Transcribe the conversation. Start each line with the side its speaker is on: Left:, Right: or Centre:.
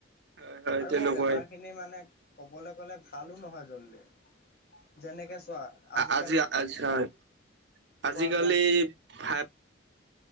Right: হয় হয়
Left: আৰু
Right: তেনেকুৱাই
Left: সেই বেমাৰখিনি মানে ক'বলে গ'লে ভালো নহয় জল্দি। যেনেকে চোৱা আজিকাল
Right: আজ-আজি
Left: কোৱা
Right: হয়, আজিকালি
Left: কোৱা কোৱা
Right: ভ